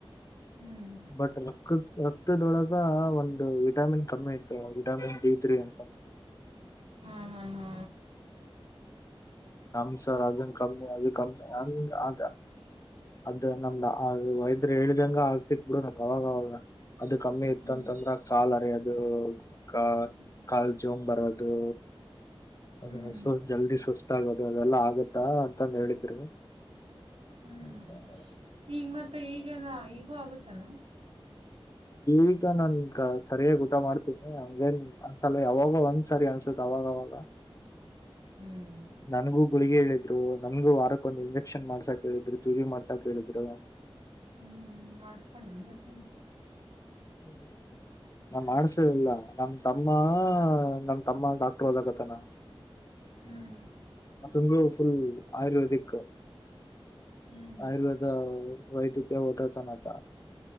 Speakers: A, on the right (about 80°); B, on the left (about 35°).
A: ಹ್ಮ್
B: ಬಟ್ ರಕ್ಕ ರ ಹಟ್ಟದೊಳಗ ಒಂದು ವಿಟಮಿನ್ ಕಮ್ಮಿ ಇತ್ತು ವಿಟಾಮಿನ್ ಡಿ ತ್ರೀ ಅಂತ
A: ಹಾ ಹಾ ಹಾ
B: ನಮ ಸರ್ ಅದನ್ ಕಮ್ಮಿ ಅದು ಕಮ್ಮಿ ಅ ಅದ ನಮ್ದ ಆ ವೈದ್ಯರು ಹೇಳಿದಂಗ ಆಗ್ತಿದ ಬಿಡು ನಂಗ್ ಅವಾಗ ಅವವಾಗ ಅದ ಕಮ್ಮಿ ಇತ್ತ
A: ಹ್ಮ್
B: ಅಂತಂದ್ರೆ ಸಾಲರಿ ಅದು ಕ
A: ಹ್ಮ್
B: ಕಾಲ್ ಜೋಂಬ್ ಬರೋದು
A: ಹ್ಮ್
B: ಹ ಸು ಜಲ್ದಿ ಸುಸ್ತ ಆಗೋದು ಅದೆಲ್ಲಾ ಆಗತ್ತಾ ಅಂತಾನ ಹೇಳಿದರಗ
A: ಹ್ಮ್
B: ಹ್ಮ
A: ಈಗ ಮತ್ತೆ ಈಗನ ಈಗೂ ಆಗತ್ತಾನ
B: ಈಗ ನನ್ ಸರಿಯ ಊಟ ಮಾಡ್ತೀನಿನ್ ಅನ್ಸಲ ಯಾವಾಗ ಒಂದ್ ಸರಿ ಅನ್ಸುತ್ತ ಅವಾಗ ಹಾ
A: ಹ್ಮ್
B: ನನ್ಗೂ ಗುಳಿಗೆ ಹೇಳಿದ್ರು ನನ್ಗೂ ವಾರಕ್ಕೊ ಒಂದು ಇಂಜೆಕ್ಷನ್ ಮಾಡ್ಸಾಕ್ ಹೇಳಿದ್ರು ತ್ಯೂರಿ ಮಾಡ್ಸಾಕ್ ಹೇಳಿದ್ರು
A: ಹ್ಮ್ ಮಾಡಳ್ಸ್ಕೊಂಡಿಲ್ಲ ಮತ್ತ
B: ಹ್ಮ್ ನಾ ಮಾಡಸದಿಲ್ಲ ನಮ ತಮ್ಮ ನಮ್ ತಮ್ಮ ದಾಕ್ಲೋದಾಗತನ
A: ಹ್ಮ್
B: ಅದುಂಗೂ ಫುಲ್ ಆಯುರ್ವೇದಿಕ್
A: ಹ್ಮ್
B: ಆಯುರ್ವೇದ ವೈದ್ಯಕೀಯ ಹೊತ ಚಾನತ